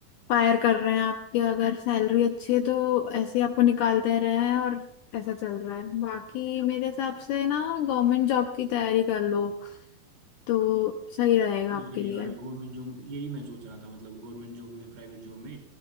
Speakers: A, on the left (about 80°); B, on the right (about 65°).
A: फायर कर रहे हैं आपकी अगर सैलरी अच्छी है तो ऐसे ही आपको निकाल दे रहे हैं और ऐसा चल रहा है बाकी मेरे हिसाब से ना गवर्नमेंट जॉब की तैयारी कर लो तो सही रहेगा
B: ये
A: आपके लिए
B: यार गवर्नमेंट जॉब यही मैं सोच रहा था मतलब गवर्नमेंट जॉब में प्राइवेट जॉब में